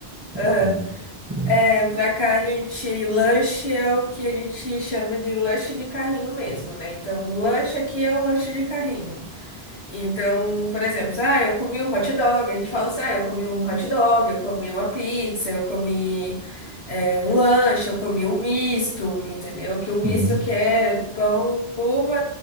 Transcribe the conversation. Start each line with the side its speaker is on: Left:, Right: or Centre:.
Right: Mas
Left: aham.
Right: lanche. tipo,
Left: É, pra cá a gente, lanche é o que a gente chama de lanche de carrinho mesmo, né? Então, lanche aqui é o lanche de carrinho. Então, por exemplo, ah, eu comi um hot dog, a gente fala assim, ah, eu comi um hot dog, eu comi uma pizza, eu comi é, um lanche, eu comi um misto, entendeu? Que o misto
Right: Uhum.
Left: que é pão, puma,